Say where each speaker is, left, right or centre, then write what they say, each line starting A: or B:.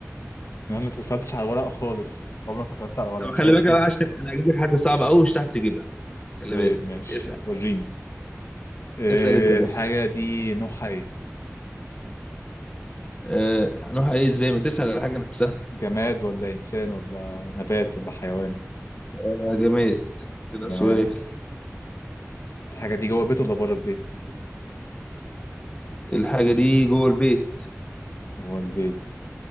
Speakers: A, on the left (about 70°); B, on the left (about 20°).
A: انا ما اتصلتش على الورق خالص عمرك ما سألت على الورق
B: طب
A: مش
B: خلي
A: عارف
B: بالك بقى
A: ليه
B: عشان انا هجيب لك حاجة صعبة اوي مش هتعرف تجيبها خلي
A: طيب
B: بالك
A: ماشي
B: اسأل
A: وريني إيه
B: اسأل انت بس
A: الحاجة دي نوعها ايه
B: أه هنروح ايه ازاي ما تسأل على حاجة نفسها
A: جماد ولا انسان ولا نبات ولا حيوان
B: أه جماد كده
A: جماد
B: سؤال
A: الحاجة دي جوه البيت ولا بره البيت
B: الحاجة دي جوه البيت
A: جوه البيت